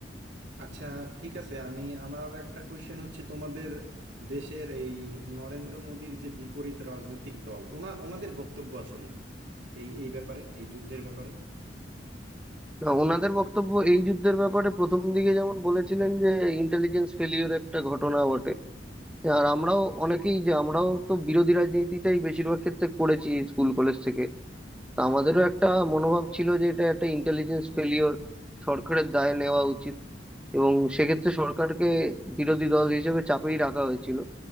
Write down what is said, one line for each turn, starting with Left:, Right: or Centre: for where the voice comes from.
Right: আচ্ছা ঠিক আছে আমি আমার আর একটা কোয়েশ্চেন হচ্ছে তোমাদের দেশের এই নরেন্দ্র মোদীর যে বিপরীত রাজনৈতিক দল ওনা ওনাদের বক্তব্য আসলে কি এই এই ব্যাপারে এই যুদ্ধের ব্যাপারে
Centre: না ওনাদের বক্তব্য এই যুদ্ধের ব্যাপারে প্রথম দিকে যেমন বলেছিলেন যে ইন্টেলিজেন্স ফেলিওর একটা ঘটনা বটে আর আমরাও অনেকেই যে আমরাও তো বিরোধী রাজনীতিটাই বেশিরভাগ ক্ষেত্রে করেছি স্কুল কলেজ থেকে তা আমাদেরও একটা মনোভাব ছিল যে এটা একটা ইন্টেলিজেন্স ফেলিওর সরকারের দায় নেওয়া উচিত এবং সেক্ষেত্রে সরকারকে বিরোধী দল হিসেবে চাপেই রাখা হয়েছিল